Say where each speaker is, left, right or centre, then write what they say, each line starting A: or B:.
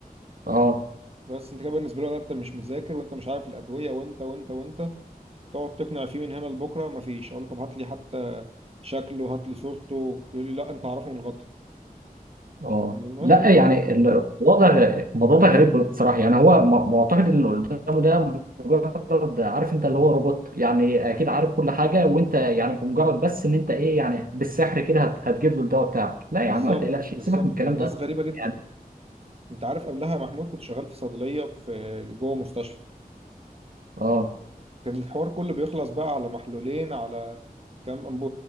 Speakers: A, on the right (about 65°); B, on the right (about 40°).
A: اه
B: بس انت كده بالنسبه له ده انت مش مذاكر وانت مش عارف الادويه وانت وانت وانت تقعد تقنع فيه من هنا لبكره مفيش اقول له طب هات لي حتى شكله هات لي صورته يقول لي لا انت عارفه من الغطا
A: اه
B: م-
A: لا
B: ممكن
A: يعني الوضع الموضوع ده غريب بصراحه يعني هو م- معتقد ان اللي قدامه ده مجرد عارف انت اللي هو روبوت يعني اكيد عارف كل حاجه وانت يعني بمجرد بس ان انت ايه يعني بالسحر كده هت- هتجيب له الدواء بتاعك لا
B: بالظبط
A: يا عم ما تقلقش
B: بالظبط
A: سيبك من الكلام
B: ناس
A: ده
B: غريبه جدا
A: يعني
B: انت عارف قبلها محمود كنت شغال في صيدليه في جوه مستشفى
A: اه
B: كان الحوار كله بيخلص بقى على محلولين على كام أنبو-